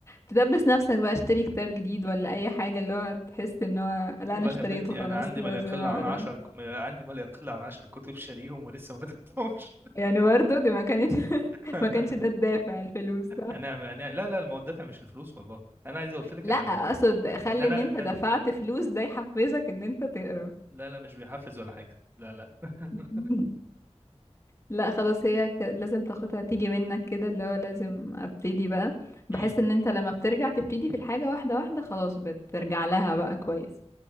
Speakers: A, on the left (about 25°); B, on the right (about 20°).
A: تدبس نفسك بقى اشتري كتاب جديد ولا اي حاجة اللي هو تحس ان هو لا
B: والله
A: انا اشتريته
B: يا بنتي
A: خلاص
B: انا عندي
A: لازم
B: ما لا يقل
A: اقرا
B: عن عشر عندي ما لا يقل عن عشر كتب شاريهم ولسه ما فتحتهمش
A: يعني برضه دي ما كانت <laughs>
B: <laughs>
A: ما كانش ده الدافع الفلوس
B: انا انا لا لا الموضوع دافع مش الفلوس والله انا عايز اقول لك
A: لا
B: انا
A: اقصد
B: الموضوع
A: خلي
B: ان انا
A: ان انت
B: إن أنا-
A: دفعت
B: إن أنا-
A: فلوس ده يحفزك ان انت تقرا
B: لا لا مش بيحفز ولا حاجه لا لا <laughs>
A: مم. لا خلاص هي ك... لازم تاخدها تيجي منك كده اللي هو لازم ابتدي بقى بحس
B: امم
A: ان انت لما بترجع تبتدي في الحاجة واحدة واحدة خلاص بترجع لها بقى كويس